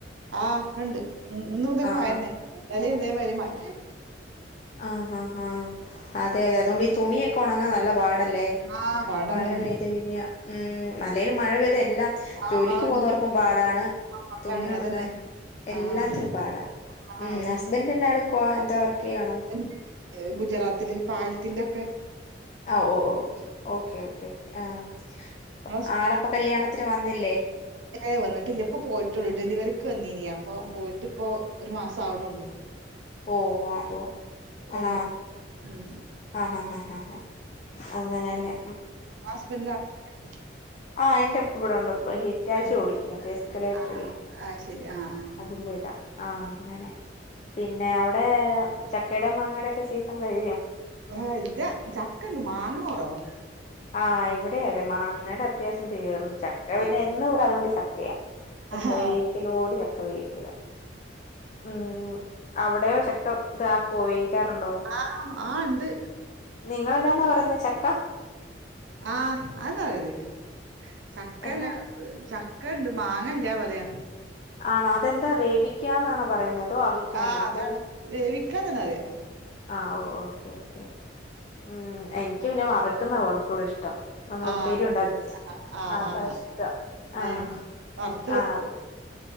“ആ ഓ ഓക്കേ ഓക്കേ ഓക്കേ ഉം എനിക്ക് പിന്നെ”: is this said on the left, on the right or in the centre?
Left